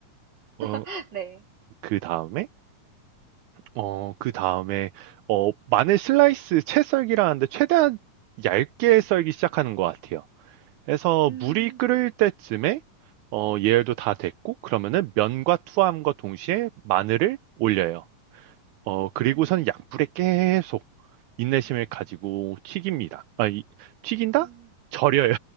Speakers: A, on the right; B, on the right.
A: 어,
B: <laughs> 네.
A: 그 다음에 어, 그 다음에 어, 마늘 슬라이스 채 썰기라는데 최대한 얇게 썰기 시작하는 것 같아요. 그래서
B: 음.
A: 물이 끓을 때쯤에 어, 예열도 다 됐고 그러면은 면과 투하함과 동시에 마늘을 올려요. 어, 그리고서는
B: 음.
A: 약불에 계속 인내심을 가지고 튀깁니다. 아, 이- 튀긴다?
B: 음.
A: 절여요.